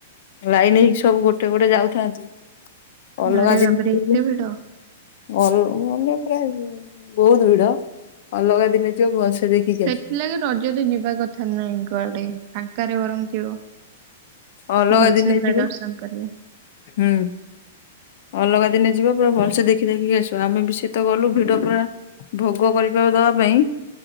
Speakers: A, on the left; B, on the right.
A: ଲାଇନ ହେଇକି ସବୁ ଗୋଟେ ଗୋଟେ ଯାଉଥାନ୍ତି। ଅଲଗା
B: ଆରେ
A: ଜିନିଷ
B: ବାବରେ
A: ସବୁ
B: ଏତେ ଭିଡ।
A: ଅଲଗା ମାନେ ପୁରା ବୋହୁତ ଭିଡ ଅଲଗା ଦିନେ ଯିବ ଭଲସେ ଦେଖିକି ଆସିବ
B: ସେଥିଲାଗି ରଜରେ ଯିବା କଥା ନାଇ କୁଆଡେ ଫାଙ୍କାରେ ବରଂ ଯିବ।
A: ଅଲଗା
B: ଭଲସେ
A: ଦିନେ
B: ପୁରା
A: ଯିବ
B: ଦର୍ଶନ କରିବ।
A: ହୁଁ। ଅଲଗା ଦିନେ ଯିବା ପୁରା ଭଲସେ ଦେଖି ଦେଖିକି ଆସିବା ଆମେ ବି ସେତ ଗଲୁ ଭିଡ ପୁରା ଭୋଗ କରି ତ ଦବା ପାଇଁ